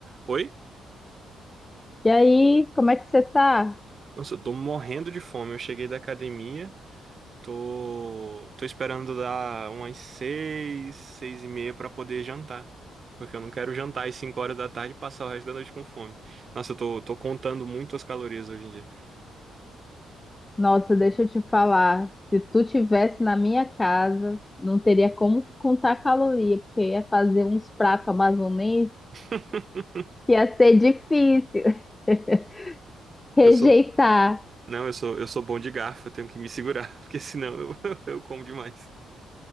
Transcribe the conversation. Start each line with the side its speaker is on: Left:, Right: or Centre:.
Right: Oi?
Left: E aí, como é que você tá?
Right: Nossa, eu tô morrendo de fome. Eu cheguei da academia, tô, tô esperando dar umas seis, seis e meia pra poder jantar. Porque eu não quero jantar às cinco horas da tarde e passar o resto da noite com fome. Nossa, eu tô, tô contando muito as calorias hoje em dia.
Left: Nossa, deixa eu te falar. Se tu tivesse na minha casa, não teria como contar caloria, porque ia fazer uns pratos amazonenses
Right: <laughs>
Left: que ia ser difícil <laughs> rejeitar.
Right: Eu sou, não, eu sou, eu sou bom de garfo, eu tenho que me segurar, <laughs> porque senão eu, <laughs> eu como demais.